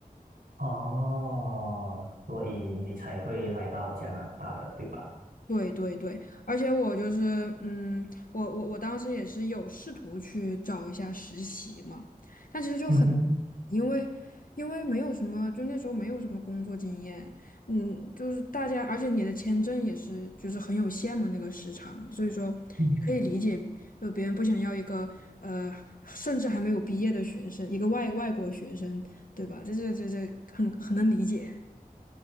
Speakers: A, on the right; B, on the left.
A: 哦，所以你才会来到加拿大的，对吧？
B: 对对对，而且我就是，嗯，我我我当时也是有试图去找一下实习嘛，但其实就很。
A: 嗯哼，
B: 因为因为没有什么，就那时候没有什么工作经验，嗯，就是大家，而且你的签证也是就是很有限嘛，那个时长，所以说也可以理解，
A: 嗯
B: 就别人不想要一个呃，甚至还没有毕业的学生，一个外外国学生，对吧？这这这这很很能理解。